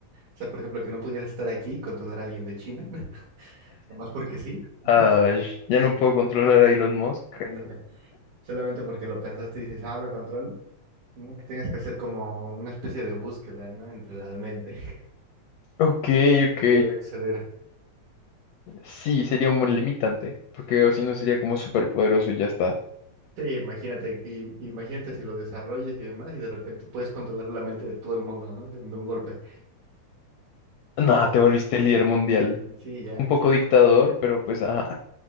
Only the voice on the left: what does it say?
Ay, ya
no puedo
controlar a Elon Musk.
Ok, ok.
Sí, sería un buen limitante, porque o si no sería como súper poderoso y ya está.
Nada, te volviste líder mundial.
Un poco
dictador, pero pues, ajá.